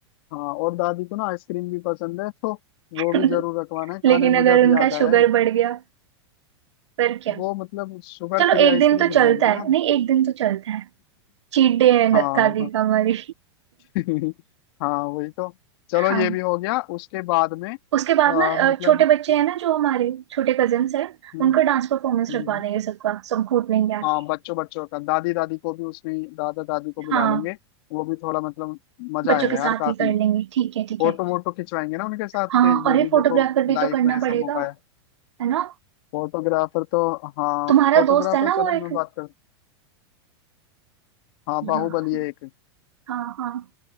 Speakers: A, on the left; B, on the right.
A: हाँ और दादी को ना आइसक्रीम भी पसंद है तो
B: <laughs>
A: वो भी जरूर रखवाना है खाने
B: लेकिन
A: में मुझे
B: अगर
A: अभी
B: उनका
A: याद
B: शुगर
A: आया है
B: बढ़ गया फिर क्या
A: वो मतलब शुगर
B: चलो
A: फ्री
B: एक
A: आइसक्रीम
B: दिन तो
A: बनवाएंगे
B: चलता है
A: ना हम।
B: नहीं एक दिन तो चलता है चीट डे है
A: हाँ
B: दादी
A: हाँ
B: का हमारी
A: <laughs> हाँ वही तो चलो
B: हाँ
A: ये भी हो गया उसके बाद में आ,
B: उसके बाद ना अ,
A: मतलब
B: छोटे बच्चे हैं ना जो हमारे छोटे कजिन्स हैं
A: हम्म,
B: उनका डांस परफॉर्मेंस
A: हम्म,
B: रखवा देंगे सबका सब कूद लेंगे आके
A: हाँ बच्चों बच्चों का दादी दादी को भी उसमें दादा दादी को बुला
B: हाँ
A: लेंगे वो भी थोड़ा मतलब मजा
B: बच्चों
A: आएगा
B: के
A: यार
B: साथ
A: काफी
B: ही कर लेंगे ठीक है ठीक
A: फोटो
B: है
A: वोटो खिंचवाएंगे ना उनके साथ
B: हाँ
A: के
B: और
A: ये भी
B: एक फोटोग्राफर
A: देखो
B: भी
A: लाइफ
B: तो करना
A: में ऐसा
B: पड़ेगा
A: मौका है
B: है ना
A: फोटोग्राफर तो हाँ
B: तुम्हारा
A: फोटोग्राफर
B: दोस्त है ना वो
A: चलो
B: एक
A: मैं बात कर हाँ बाहुबली
B: हाँ
A: है एक
B: हाँ हाँ।